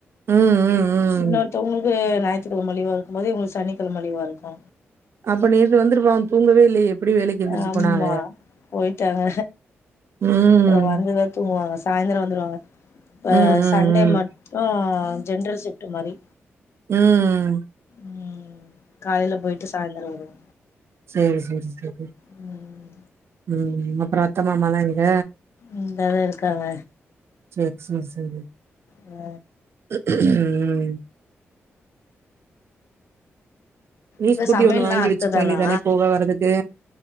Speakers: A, on the right (about 60°); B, on the left (about 65°).
A: ம் ம் ம்
B: இன்னொருத்தவங்களுக்கு ஞாயிற்றுக்கெழம லீவா இருக்கும் போது இங்களுக்கு சனிக்கெழமை லீவா இருக்கு
A: அப்ப நேத்து வந்துருப்பாங்க தூங்கவே இல்லையே எப்டி வேலைக்கு எந்திரிச்சு
B: ஆமா
A: போனாக
B: போயிட்டாங்க
A: ம்
B: அப்புற வந்துதா தூங்குவாங்க சாயந்தரம் வந்துருவாங்க ஆ
A: ம் ம்
B: சண்டே
A: ம்
B: மட்டு ஜென்ரல் சிப்ட்டு மாரி
A: ம் ம்
B: ம் காலையில போயிட்டு சாய்ந்தர வருவா
A: சரி சரி சரி
B: ம்
A: ம் அப்புறம் அத்த மாமால்லா எங்க
B: இங்க தா இருக்காங்க
A: செர் செர் செரி
B: ஆ
A: ம் நீ
B: இந்த
A: ஸ்கூட்டி
B: சமையல்லா
A: ஒண்ணு வாங்கி
B: அத்த
A: வெச்சுக்க
B: தானா
A: வேண்டிதானே போக வர்றதுக்கு